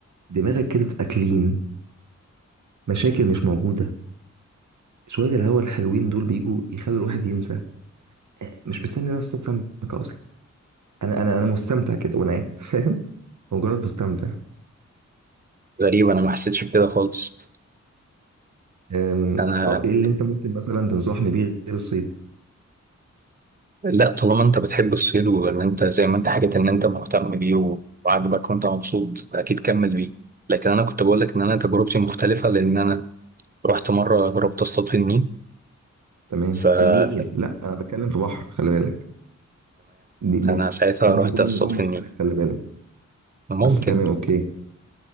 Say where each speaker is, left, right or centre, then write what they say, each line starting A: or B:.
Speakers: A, on the right (about 80°); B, on the right (about 30°).
A: دماغك كده تبقى كلين مشاكل مش موجوده شويه الهوا الحلوين دول بيجوا يخلوا الواحد ينسى مش مستني الناس تتصل بك اصلا انا انا انا مستمتع كده وانا قاعد فاهم <laughs> مجرد مستمتع
B: غريب انا ما حسيتش بكده خالص
A: أم،
B: انا
A: طب ايه اللي انت ممكن مثلا تنصحني بيه غير الصيد
B: لا طالما انت بتحب الصيد وان انت زي ما انت حكيت ان انت مهتم بيه و- وعاجبك وانت مبسوط اكيد كمل بيه لكن انا كنت بقول لك ان انا تجربتي مختلفة لان انا رحت مرة جربت اصطاد في النيل
A: تمام
B: فتمام
A: النيل لا انا بتكلم في بحر خلي بالك دي من
B: انا ساعتها
A: ممكن
B: رحت
A: يكون
B: اصطاد
A: الموضوع مختلف
B: في النيل
A: خلي بالك
B: ممكن
A: بس تمام اوكي